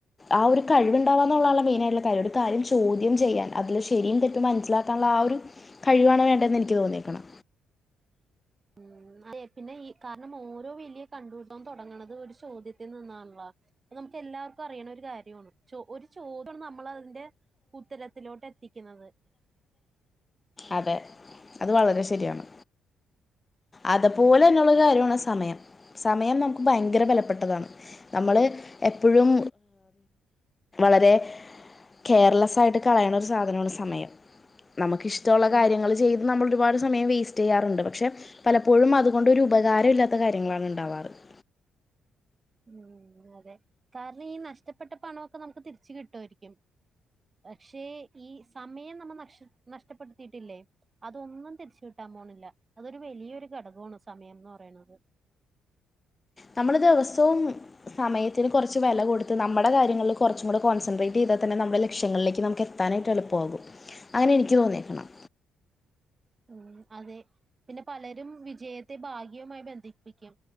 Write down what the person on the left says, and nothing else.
ആ ഒരു കഴിവുണ്ടവാന്നുള്ളതാണ് മെയിന ആയിട്ടുള്ള കാര്യ ഒരു കാര്യം ചോദ്യം ചെയ്യാൻ അതില് ശരിയും തെറ്റും മനസ്സിലാക്കാനുള്ള ആ ഒരു കഴിവ് ആണ് വേണ്ടത് എനിക്ക് തോന്നിയെക്കണ്
അതെ അത് വളരെ ശരിയാണ് അതപോലെ
ന്നു ള്ള കാര്യമാണ് സമയം സമയം നമുക്ക് ഭയങ്കര ബലപ്പെട്ടതാണ് നമ്മള് എപ്പോഴും വളരെ കെയർലൊയിട്ട് കളയണ ഒരു സാധനമാണ് സമയം നമുക്ക് ഇഷ്ടമുള്ള
കാര്യങ്ങൾ ചെയ്ത് നമ്മൾ ഒരുപാട് സമയം വേസ്റ്റ് ചെയ്യാറുണ്ട് പക്ഷെ പലപ്പോഴും അതുകൊണ്ട്രു ഉപകാരം ഇല്ലാത്ത കാര്യങ്ങളാണ് ഉണ്ടാവാറ് <unintelligible>
നമ്മളത് ദിവസം സമയത്തിന് കുറച്ച് വില കൊടുത്ത് നമ്മുടെ കാര്യങ്ങളിൽ കുറച്ചും കൂടെ കോൺസെട്രേറ്റ് ചെയ്താൽ തന്നെ നമ്മുടെ ലക്ഷങ്ങളിലേക്ക്നമ്മ നമുക്ക് എത്താനായിട്ട് എളുപ്പമാകും അങ്ങനെ എനിക്ക് തോന്നക്കണം